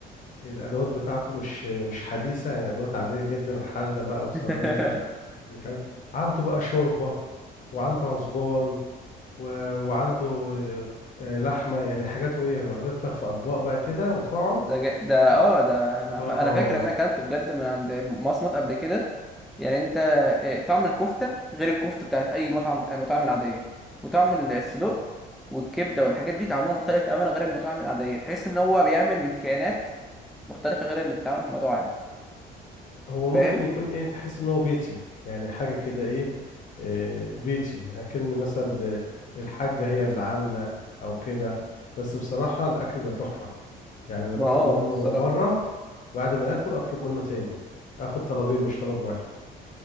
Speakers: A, on the left; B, in the centre.
A: الأدوات بتاعته مش مش حديثة يعني أدوات عادية جدا حلة بقى وصينية
B: <laughs>
A: ومش عارف عنده بقى شوربة وعنده عزبان و... وعنده آه، لحمة يعني حاجات وإيه ويغرف لك في أطباق بقى كده وتقعد
B: ده جا- ده
A: ي-
B: اه ده انا
A: آه
B: فا- انا فاكر ان انا اكلت بجد من عند مصمت قبل كده يعني انت آه، طعم الكفته غير الكفته بتاعت اي مطعم المطاعم العاديه وطعم الصدوق والكبده والحاجات دي طعمها مختلف تماما غير المطاعم العاديه تحس ان هو بيعمل من كيانات مختلفه غير اللي بتتعمل في المطاعم
A: هو ممكن
B: فاهم
A: يكون ايه تحس ان هو بيتي يعني حاجة كده ايه آه، بيتي اكن مثلا آه، الحاجة هي اللي عاملة او كده بس بصراحة الاكل بقى تحفة يعني انا
B: ما
A: باكل
B: اه
A: منه
B: الصراحه
A: مرة بعد ما اكل اطلب منه تاني اخد طلبين مش طلب واحد